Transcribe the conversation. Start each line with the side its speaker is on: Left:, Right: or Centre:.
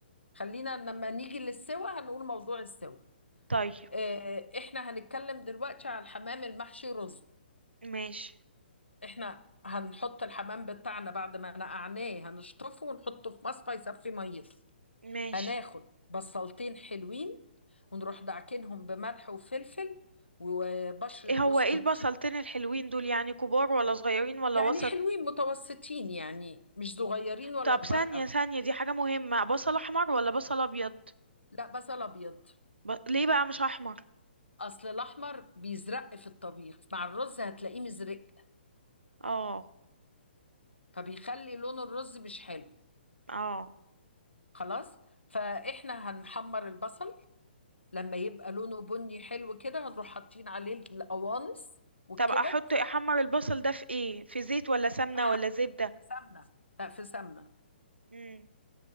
Left: خلينا لما نيجي للسوا هنقول موضوع السوا
Right: طيب
Left: آه، احنا هنتكلم دلوقتي على الحمام المحشي رز
Right: ماشي
Left: احنا هنحط الحمام بتاعنا بعد ما نقعناه هنشطفه ونحطه في مصفى يصفي ميته
Right: ماشي
Left: هناخد بصلتين حلوين ونروح دعكنهم بملح وفلفل وبشرة
Right: ايه
Left: جوز
Right: هو ايه البصلتين
Left: الطيب
Right: الحلوين دول يعني كبار ولا صغيرين ولا
Left: يعني
Right: وسط
Left: حلوين متوسطين يعني مش صغيرين ولا
Right: طب
Left: كبار
Right: ثانيه
Left: قوي
Right: ثانيه دي حاجه مهمه بصل احمر ولا بصل ابيض
Left: لا بصل ابيض
Right: ب... ليه بقى مش احمر
Left: اصل الاحمر بيزرق في الطبيخ مع الرز هتلاقيه مزرق
Right: اه
Left: فبيخلي لون الرز مش حلو
Right: اه
Left: خلاص فاحنا هنحمر البصل لما يبقى لونه بني حلو كده هنروح حاطين عليه القوانص والكبد
Right: طب احط احمر البصل ده في ايه في زيت ولا سمنه
Left: في ح-
Right: ولا زبده
Left: في سمنه لا في سمنه
Right: امم